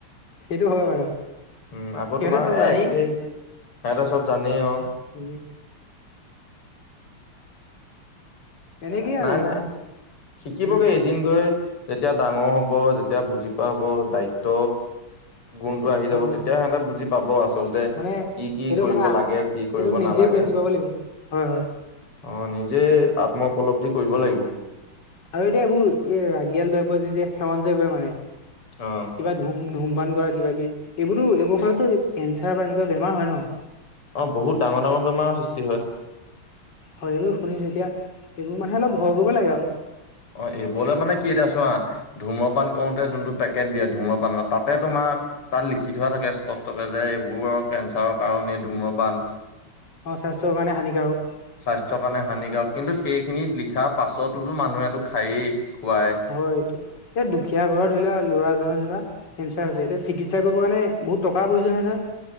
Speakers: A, on the left; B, on the left.
A: সেইটো হয় বাৰু
B: উম আকৌ
A: সিহঁতে
B: তোমাৰ
A: চব
B: এই
A: জানেই
B: সিহঁতে চব জানেই অ'
A: হি। এনেকেই
B: এ, নাই
A: আৰু
B: -নাই শিকিবগে
A: উম
B: এদিন গৈ। তেতিয়া ডাঙৰ হব যেতিয়া বুজি পোৱা হব দায়িত্ব। গুণটো আহি
A: হয়
B: যাব তেতিয়া সিহঁতে বুজি। পাব আচলতে
A: মানে
B: কি কি
A: এইটো
B: কৰিব
A: মানে
B: লাগে, কি কৰিব
A: এইটো নিজে
B: নালাগে।
A: বুজি পাব লাগিব হয় হয়
B: অ' নিজে আত্ম উপলব্ধি কৰিব লাগিব।
A: আৰু এতিয়া এইবোৰ এই ৰাগিয়াল দ্ৰব্য যেতিয়া সেৱন যে কৰে মানে।
B: অ'
A: কিবা ধুম ধূমপান কৰা কিবা কি এইবোৰতো এইবোৰ ফলতো কেঞ্চাৰ বা এনেকুৱা বেমাৰ হয় ন'
B: অ' বহুত ডাঙৰ ডাঙৰ বেমাৰৰ সৃষ্টি হয়
A: হয় এইবোৰ শুনিছোঁ এতিয়া এইবোৰ মানুহে অলপ ভয় কৰিব লাগে আৰু।
B: অ' এইবোৰলে মানে কিটা আছো অ' ধুম্ৰপান কৰোতে যোনটো পেকেট দিয়ে ধুম্ৰপানত তাতে তোমাক তাত লিখি থোৱা থাকে স্পষ্টকে যে এইবোৰ আৰু কেঞ্চাৰৰ কাৰণ এই ধুম্ৰপান।
A: অ' স্বাস্থ্যৰ কাৰে হানিকাৰক
B: স্বাস্থ্যৰ কাৰণে হানিকাৰক কিন্তু সেইখিনিত লিখা পাছতোতো মানুহেটো খায়েই খুৱাই।
A: হয় এতিয়া এয়া দুখীয়া ঘৰত ধৰি লোৱা ল'ৰাজনৰ যেনিবা। কেঞ্চাৰ হৈছে এতিয়া চিকিৎসা কৰিব কাৰণে বহুত টকাৰ প্ৰয়োজন হয় নহয়।